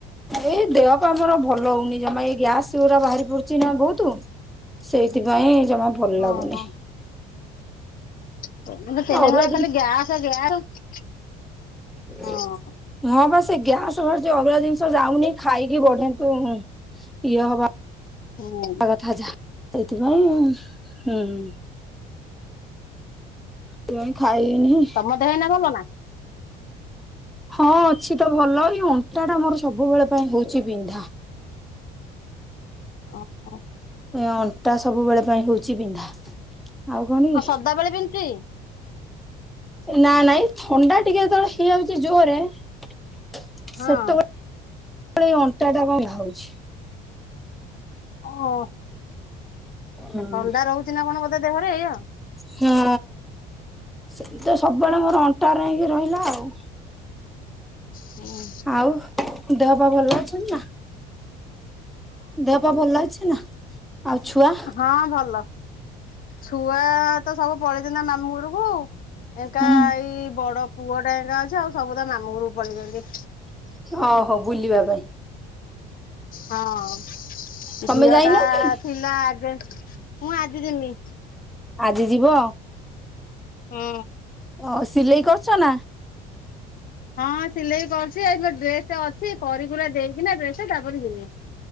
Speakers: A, in the centre; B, on the left (about 45°).
A: ଏଇ ଦେଅ ଆମର ଭଲ ହଉନି ଜମା ଏଇ ଗ୍ୟାସ ଗୁରା ବାହାରି ପଡୁଛି ନା ଭଉତୁ ସେଇଥି ପାଇଁ ଜମା ଭଲ ଲାଗୁନି।
B: ଓହୋ। <unintelligible>
A: ଅରୁଆ ଏ।
B: ହଁ
A: ହଁ ବା ସେ ଗ୍ୟାସ ଅବଳା ଜିନିଷ ଯାଉନି ଖାଇକି ବଢନ୍ତୁ ଇଏ ହବା
B: ହୁଁ। <unintelligible>
A: କଥା ଯାହା ସେଇଥିପାଇଁ ହୁଁ ହୁଁ। ସେଇଥି ଖାଇନି।
B: ତମ ଦେହ ଏଇନା ଭଲ ନା?
A: ହଁ ଅଛି ତ ଭଲ, ଏଇ ଅଣ୍ଟା ଟା ମୋର ସବୁବେଳେ ପାଇଁ ହେଉଚି ବିନ୍ଧା।
B: ଅ ହୋ।
A: ଅଣ୍ଟା ସବୁବେଳେ ପାଇଁ ହୋଉଚି ବିନ୍ଧା। ଆଉ କଣ କି
B: ହଁ ସଦାବେଳେ <unintelligible>
A: ନା ନାଇଁ ଥଣ୍ଡା ଟିକେ ଯେତେବେଳେ ହେଇଯାଉଛି ଜୋରେ ସେତେବେଳେ
B: ହଁ।
A: ଏଇ ଅଣ୍ଟା ଟା ବିନ୍ଧା ହଉଚି।
B: ଓହୋ
A: ହଁ
B: ଥଣ୍ଡା ରହୁଛି ନା କଣ ବୋଧେ ଦେହରେ ଏଇ ଆଉ।
A: ହଁ ସେଇ ତ ସବୁବେଳେ ମୋର ଅଣ୍ଟାରେ ହେଇକି ରହିଲା ଆଉ।
B: ହୁଁ
A: ଆଉ ଦେହ ପା ଭଲ ଅଛନ୍ତି ନା? ଦେହ ପା ଭଲ ଅଛି ନା ଆଉ ଛୁଆ?
B: ହଁ ଭଲ ଛୁଆ ତ ସବୁ ପଳେଇଛନ୍ତି ନା ମାମୁଁ ଘରକୁ। ଏକା
A: ହୁଁ
B: ଏଇ ବଡ ପୁଅ ଟା ଏ ଅଛି, ଆଉ ସବୁ ତା ମାମୁଁ ଘରୁକୁ ପଳେଇଛନ୍ତି।
A: ଓ ହୋ ବୁଲିବା ପାଇଁ।
B: ହଁ
A: ତମେ
B: ଝିଅ
A: ଯାଇନ
B: ଟା
A: କି?
B: ଥିଲା ଆଗେ ମୁଁ ଆଜି ଯମି
A: ଆଜି ଯିବ?
B: ହଁ
A: ଓ ସିଲେଇ କରୁଚୁ ନା?
B: ହଁ ସିଲେଇ କରୁଚୁ ଆ ଡ୍ରେସ ଟା ଅଛି କରିି କୁରା ଦେଇକି ନା ଡ୍ରେସ୍ ଟା ତାପରେ ଜିମି।